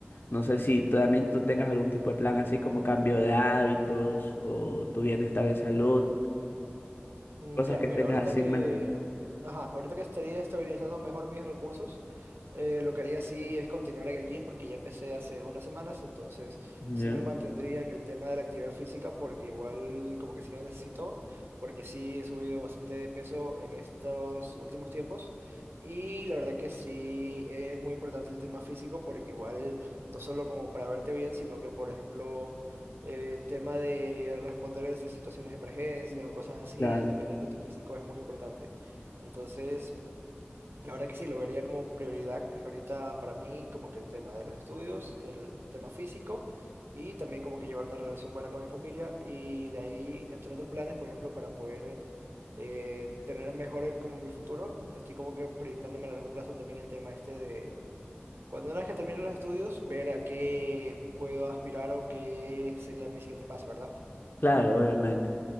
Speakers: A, on the left; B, on the right.
A: no sé si tú también tú tengas algún tipo de plan así como cambio de hábitos o tu bienestar de salud,
B: Mm,
A: cosas
B: Claro,
A: que
B: mira,
A: tengas
B: ahorita
A: así
B: que,
A: en mente.
B: ajá, ahorita que estaría estabilizando mejor mis recursos, eh, lo que haría sí es continuar en el gym porque ya empecé hace unas semanas, entonces
A: ¿Ya?
B: sí me mantendría en el tema de la actividad física porque igual como que sí lo necesito, porque sí he subido bastante de peso en estos últimos tiempos y la verdad que sí es muy importante el tema físico porque igual no solo como para verte bien, sino que por ejemplo eh, tema de responder a esas situaciones de emergencias o cosas así,
A: Claro.
B: dependiendo de tu físico, es muy importante. Entonces, la verdad que sí, lo vería como prioridad ahorita para mí, como que el tema de los estudios, el tema físico y también como que llevar una relación buena con mi familia y de ahí, entre otros planes, por ejemplo, para poder... eh, eh, tener mejor eh, como mi futuro, estoy como que proyectándome a largo plazo también el tema este de cuando una vez que termine los estudios, ver a qué puedo aspirar o qué sería mi siguiente paso, ¿verdad?
A: Claro, obviamente.